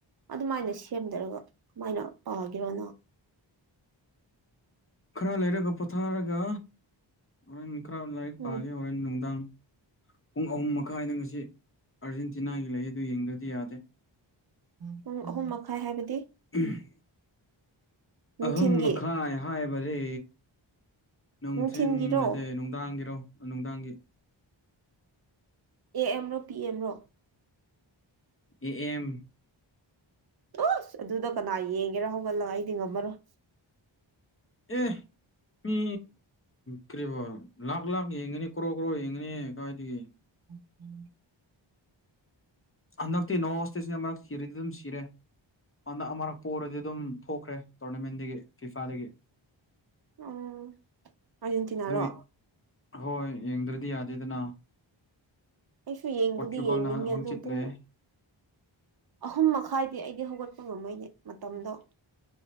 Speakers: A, on the right; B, on the left.
A: ꯑꯗꯨꯃꯥꯏꯅ ꯁꯦꯝꯗꯔꯒ ꯀꯃꯥꯏꯅ ꯄꯥꯒꯔꯣꯅꯪ
B: <unintelligible> ꯈꯔ ꯂꯩꯔꯒ ꯄꯣꯊꯥꯔꯒ ꯍꯣꯔꯦꯟ ꯈꯔ ꯂꯥꯏꯔꯤꯛ
A: ꯎꯝ
B: ꯄꯥꯒꯦ ꯍꯣꯔꯦꯟ ꯅꯨꯡꯗꯥꯡ ꯄꯨꯡ ꯑꯍꯨꯝ ꯃꯈꯥꯏꯗ ꯉꯁꯤ ꯑꯥꯔꯖꯦꯟꯇꯤꯅꯥꯒꯤ ꯂꯩ ꯑꯗꯨ ꯌꯦꯡꯗ꯭ꯔꯗꯤ ꯌꯥꯗꯦ
A: ꯄꯨꯡ ꯑꯍꯨꯝ ꯃꯈꯥꯏ ꯍꯥꯏꯕꯗꯤ
B: ꯎꯝ
A: ꯅꯨꯡꯊꯤꯟꯒꯤ
B: ꯑꯍꯨꯝ ꯃꯈꯥꯏ ꯍꯥꯏꯕꯔꯦ ꯅꯨꯡꯊꯤꯟ
A: ꯅꯨꯡꯊꯤꯟꯒꯤꯔꯣ
B: ꯅꯠꯇꯦ ꯅꯨꯡꯗꯥꯡꯒꯤꯔꯣ ꯅꯨꯡꯗꯥꯡꯒꯤ
A: ꯑꯦ ꯑꯦꯝ ꯔꯣ ꯄꯤ ꯑꯦꯝꯔꯣ
B: ꯑꯦ ꯑꯦꯝ
A: ꯑꯣꯁ ꯑꯗꯨꯗ ꯀꯅꯥ ꯌꯦꯡꯒꯦꯔ ꯍꯧꯒꯠꯂꯒ ꯑꯩꯗꯤ ꯉꯝꯃꯔꯣꯏ
B: ꯄ ꯃꯤ ꯀꯣ ꯂꯈ ꯂꯈ ꯌꯦꯡꯒꯅꯤ ꯀ꯭ꯔꯣ ꯀꯣ ꯍꯡꯅꯤ ꯀꯥꯏ ꯂꯩ
A: ꯎꯝ
B: ꯍꯟꯗꯛꯇꯤ ꯅꯣꯣꯁꯇꯦꯁꯤꯅ ꯃꯔꯛ ꯁꯤꯔꯗꯤ ꯑꯗꯨꯝ ꯁꯤꯔꯦ ꯍꯟꯗꯛ ꯑꯃꯔꯛꯄ ꯑꯣꯏꯔꯗꯤ ꯑꯗꯨꯝ ꯊꯣꯛꯈ꯭ꯔꯦ ꯇꯣꯔꯅꯃꯦꯟꯗꯒꯤ ꯀꯤꯐꯥꯗꯒꯤ
A: ꯎꯝ ꯑꯥꯔꯖꯦꯟꯇꯤꯅꯥꯔꯣ
B: ꯏ ꯍꯣꯏ ꯌꯦꯡꯗ꯭ꯔꯗꯤ ꯌꯥꯗꯦꯗꯅ
A: ꯑꯩꯁꯨ ꯌꯦꯡꯕꯨꯗꯤ
B: ꯄꯣꯔꯆꯨꯒꯜꯅ
A: ꯌꯦꯡꯅꯤꯡꯉꯦ
B: ꯍꯪꯆꯤꯠ
A: ꯑꯗꯣ ꯄꯨꯡ
B: ꯂꯩꯌꯦ
A: ꯑꯍꯨꯝ ꯃꯈꯥꯏꯗꯤ ꯑꯩꯗꯤ ꯍꯧꯒꯠꯄ ꯉꯝꯃꯣꯏꯅꯦ ꯃꯇꯝꯗꯣ